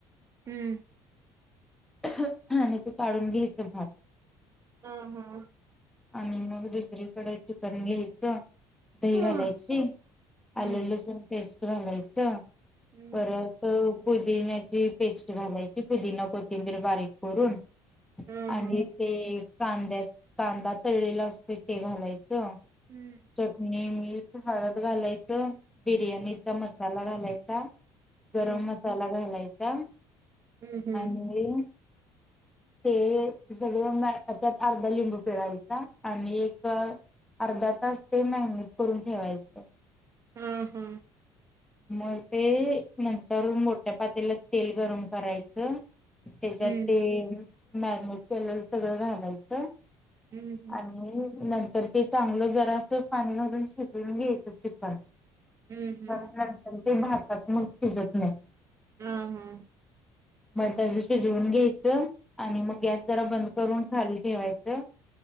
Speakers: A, on the right; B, in the centre.
A: हम्म.
B: <unintelligible> आणि ते काढून घ्यायचं भात
A: हम हम्.
B: आणि मग दुसरीकडे चिकन घ्यायचं. दही
A: हा.
B: घालायची,
A: हम्म,
B: आलं, लसूण पेस्ट घालायच.
A: हम्म,
B: परत
A: हम्म.
B: पुद पुदिन्याची पेस्ट घालायची पुदिना, कोथिंबीर बारीक कुरून.
A: हम्म
B: आणि ते कांद्यात कांदा तळलेला असतोय ते घालायच.
A: हम्म
B: चटणी, मीठ, हळद घालायच, बिर्याणीचा मसाला घालायचा. गरम
A: हम्म
B: मसाला घालायचा
A: हम्म हम्म
B: आणि ते अ सगळं मळत्यात अर्धा लिंबू पिळायचा आणि एक अर्धा तास ते मॅरिनेट करून ठेवायचं.
A: हम्म हम्म.
B: मग ते अ नंतर मोठ्या पातेल्यात तेल गरम करायचं त्याच्यात
A: हम्म
B: तेअ मॅरिनेट केलल सगळं घालायचं
A: हम्म
B: आणि नंतर तर ते चागलं जरास पाणी घालुन शिजवून घ्यायचं चिकन
A: हम्म हम्म.
B: पण नंतर ते भातात मग शिजत नई
A: हा, हा, हा.
B: मग तेच शिजवून घ्यायचं आणि मग गॅस जरा बंद करून खाली ठेवायचं.